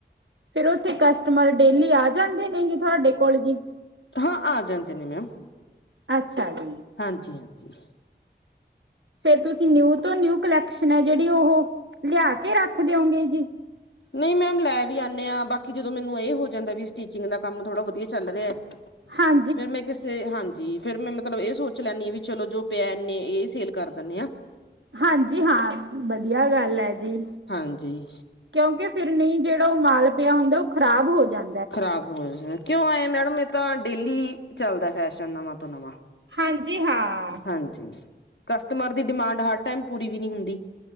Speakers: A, on the right; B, on the left.
A: ਫੇਰ ਓੱਥੇ ਕਸਟਮਰ ਡੇਲੀ ਆ ਜਾਂਦੇ ਨੇ ਜੀ, ਤੁਹਾਡੇ ਕੋਲ ਜੀ
B: ਹਾਂ ਆ ਜਾਂਦੇ ਨੇ ਮੈਮ
A: ਅੱਛਾ ਜੀ।
B: ਹਾਂਜੀ- ਹਾਂਜੀ।
A: ਫੇਰ ਤੁਸੀਂ ਨਿਊ ਤੋਂ ਨਿਊ ਕਲੈਕਸ਼ਨ ਹੈ ਜੇੜੀ ਉਹੋ ਲਿਆ ਕੇ ਰੱਖ ਦਿਓਗੇ ਜੀ।
B: ਨਈ ਮੈਮ ਲੈ ਵੀ ਆਨੇ ਆਂ, ਬਾਕੀ ਜਦੋਂ ਮੈਨੂੰ ਏਹ ਹੋ ਜਾਂਦਾ ਵੀ ਸਟੀਚਿੰਗ ਦਾ ਕੰਮ ਥੋੜਾ ਵਧੀਆ ਚੱਲ ਰਿਹਾ
A: ਹਾਂ।
B: ਫੇਰ ਮੈਂ ਕਿਸੇ ਹਾਂਜੀ, ਫੇਰ ਮੈਂ ਮਤਲਬ ਏ ਸੋਚ ਲੈਂਨੀ ਆਂ, ਵੀ ਚਲੋ ਜੋ ਪਿਆ ਇਨੇ ਏ ਸੇਲ ਕਰ ਦਿੰਨੇ ਆਂ।
A: ਹਾਂਜੀ ਹਾਂ ਵਧੀਆ ਗੱਲ ਏ ਜੀ।
B: ਹਾਂਜੀ
A: ਕਿਉਂਕਿ ਫੇਰ ਨਈ ਜੇੜਾ ਉ ਮਾਲ ਪਿਆ ਹੁੰਦੈ ਉ ਖ਼ਰਾਬ ਹੋ ਜਾਂ
B: ਖ਼ਰਾਬ ਹੋ ਜਾਂ, ਕਿਉਂ ਆਏ ਮੈੜਮ ਏ ਤਾਂ ਡੇਲੀ ਚੱਲਦਾ ਫੈਸ਼ਨ ਨਵਾਂ ਤੋਂ ਨਵਾਂ।
A: ਹਾਂਜੀ ਹਾਂ।
B: ਹਾਂਜੀ ਕਸਟਮਰ ਦੀ ਡਿਮਾਂਡ ਹਰ ਟੈਮ ਪੂਰੀ ਵੀ ਨੀ ਹੁੰਦੀ।